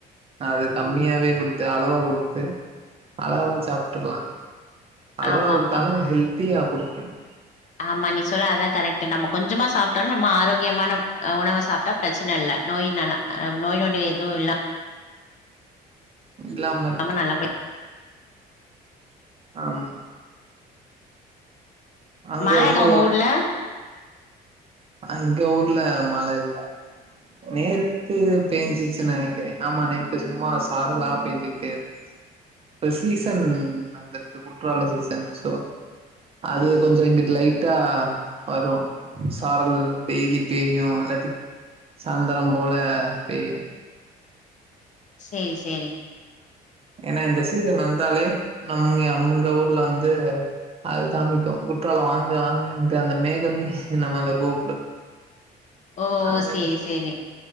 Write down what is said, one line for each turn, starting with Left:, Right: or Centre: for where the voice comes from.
Right: அது கம்மியாவே
Left: ம்.
Right: குடுத்து அளவா குடுத்து அளவா சாப்ட்டுக்கலா அளவா
Left: ஆமாப்பா.
Right: கொடுத்தாலு ஹெல்த்தியா கொடுக்கனு
Left: ஆமா நிசோலா அதா கரெக்ட் நம்ம கொஞ்சமா சாப்ட்டாலு நம்ம ஆரோக்கியமான உணவ சாப்ட்டா பிரச்சன இல்ல நோய் நலா நோய்நொடி எது இல்லாம
Right: இல்லா
Left: இல்லாம
Right: இருக்கு
Left: நல்லா
Right: ஆமா அங்க
Left: மழ இருக்கா
Right: உங்க
Left: ஊர்ல
Right: அங்க ஊர்ல மழல்ல நேத்து பேஞ்சிச்சு நினைக்கிறே ஆமா நேத்து சும்மா சாரலா பேஞ்சுக்கிட்டே இருந்துச்சு ஒரு சீசன் அங்க இருக்கு குற்றால சீசன் சோ அது கொஞ்ச இங்கிட்டு லைட்டா வரு சாரல் டெய்லி பேயு இல்லாட்டி சாயந்திர போல பேயு
Left: சேரி சேரி
Right: ஏன்னா இந்த சீசன்ல வந்தாலே நம்ம அங்க ஊர்ல வந்து அது காமிக்கு குற்றாலம் வாங்க வாங்கட்டு அந்த மேகமே நம்மல கூப்டு
Left: ஓ
Right: அங்க
Left: சேரி சேரி